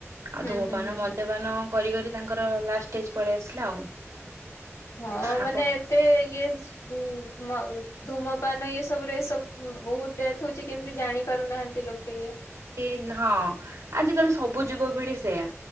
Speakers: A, on the right; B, on the left.
A: ଆଉ
B: ହୁଁ
A: ଧୂମପାନ,
B: ହୁଁ ହୁଁ
A: ମଦ୍ୟପାନ କରି କରି ତାଙ୍କର ଲାଷ୍ଟ ଷ୍ଟେଜ ପଳେଇ ଆସିଲା ଆଉ,
B: ହଁ
A: ଆପଣ
B: ମାନେ ଏତେ ଇଏ ମ୍ ଧୂମପାନ ଏ ସବୁରେ ସବୁ ବହୁତ ଡେଥ ହଉଛି କେମିତି ଜାଣି ପାରୁନାହାନ୍ତି ଲୋକେ ଏ
A: କି ହଁ ଆଜିକାଲି ସବୁ ଯୁବପିଢି ସେୟା